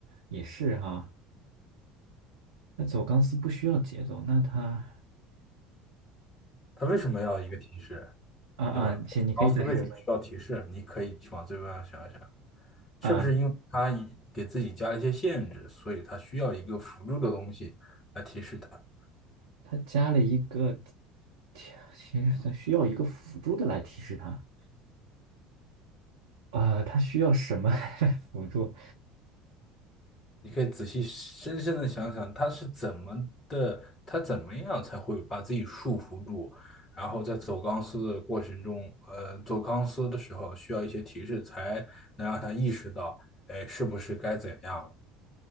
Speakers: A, on the right; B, on the left.
A: 也是哈。那走钢丝不需要节奏，那它
B: 他为什么要一个提示，
A: 啊啊，
B: 对吧？
A: 行，
B: 走钢丝为什么需要提示？
A: 你可以再说说
B: 你可以去往这方面想一想。是不是因为他已给自己加了一些限制，
A: 啊。
B: 所以他需要一个辅助的东西来提示他？
A: 它加了一个提，其实它需要一个辅助的来提示它啊，它需要什么 <laughs> 来辅助？
B: 你可以仔细深深的想想，他是怎么的，他怎么样才会把自己束缚住，然后在走钢丝的过程中，呃，走钢丝的时候需要一些提示，才能让他意识到，哎，是不是该怎样了？